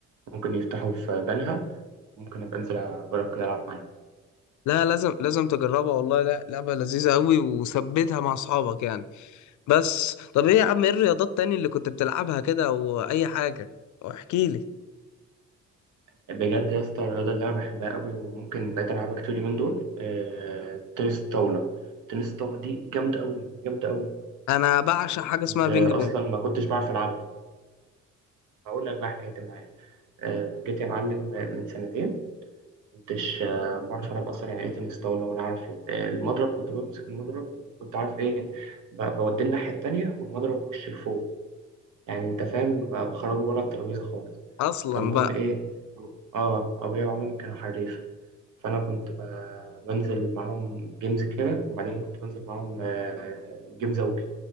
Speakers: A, on the right; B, on the left.
A: ممكن يفتحوا في بنها ممكن ابقى انزل اجرب كده العب معاهم
B: لا لازم لازم تجربها والله لا لعبة لذيذة قوي وثبتها مع اصحابك يعني بس طب ايه يا عم ايه الرياضات تاني اللي كنت بتلعبها كده واي حاجة واحكي لي
A: بجد يا اسطى الرياضه اللي انا بحبها قوي وممكن بقيت العبها كتير من دول آه، تنس الطاوله تنس الطاوله دي جامده قوي جامده قوي
B: انا بعشق حاجة
A: كنت
B: اسمها بينج
A: آه،
B: بونج
A: اصلا ما كنتش بعرف العبها هقول لك بقى حكايتي معايا آه، جيت يا معلم من سنتين كنتش آه، بعرف ألعب أصلا يعني إيه تنس طاولة ولا عارف إيه. المضرب كنت بمسك المضرب وكنت عارف إيه ب- بوديه الناحية التانية والمضرب وش لفوق يعني أنت فاهم ب- بخرجه بره الترابيزة خالص
B: اصلا
A: فالمهم
B: بقى
A: إيه أبو- آه أبويا ومامي كانوا حريف فأنا كنت ب- بنزل معاهم جيمز كده وبعدين كنت بنزل معاهم آه، جيم زوجي